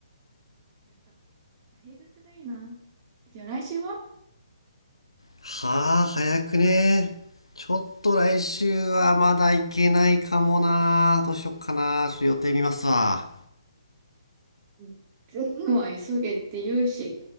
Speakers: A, on the right; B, on the left.
A: やった。平日がいいな。じゃあ来週は
B: はあ、早くねえちょっと来週はまだ行けないかもな。どうしよっかな。ちょっと予定見ますわ。
A: うん全部は急げって言うし、